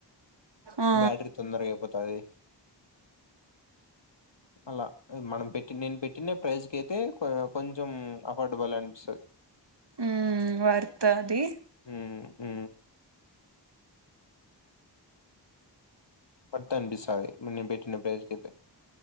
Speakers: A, on the right (about 70°); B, on the left (about 75°).
A: ఆ
B: బ్యాటరీ తొందరగా అయిపోతాది. అలా మనం పెట్టి నేను పెట్టిన ప్రైస్ క అయితే కొంచెం అఫోర్డబుల్ అనిపిస్తది.
A: ఉ వర్త్ అది
B: ఉ ఉ వర్త్ అనిపిస్తాది నేన్ బెట్టిన ప్రైస్క్ ఐతే